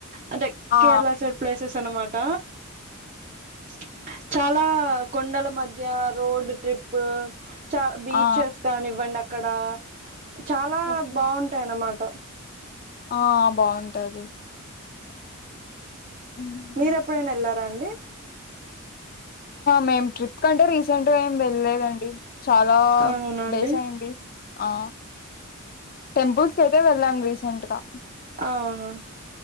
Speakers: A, on the right; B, on the left.
A: అంటే
B: ఆ
A: కేరళ సైడ్ ప్లేసెస్ అనమాట ట చాలా కొండల మధ్య రోడ్ ట్రిప్ చ బీచెస్
B: ఆ
A: కాగానివ్వండి అక్కడ చాలా
B: ఓకే
A: బాగుంటాయి అన్నమాట
B: ఆ బాగుంటది హ్మ్.
A: మీర ఎప్పుడైనా వెళ్లారా అండి
B: మేమ్ ట్రిప్ కంటే రీసెంట్ గా ఏం లేదండి చాలా
A: అవునండి
B: డేస్ అయింది ఆ టెంపుల్స్ తే వెళ్ళాను రీసెంట్ గా
A: అవున